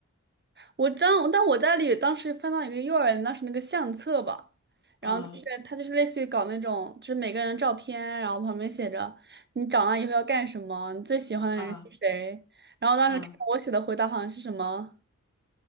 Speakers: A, on the right (about 35°); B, on the left (about 80°).
A: 我知道，但我家里当时翻到一个幼儿园当时那个相册吧，然后就是它就是类似于搞那种，
B: 嗯
A: 就是每个人的照片，然后旁边写着你长大以后要干什么，你最喜欢的人是谁。
B: 嗯
A: 然后当时看我写的回答好像是什么
B: 嗯，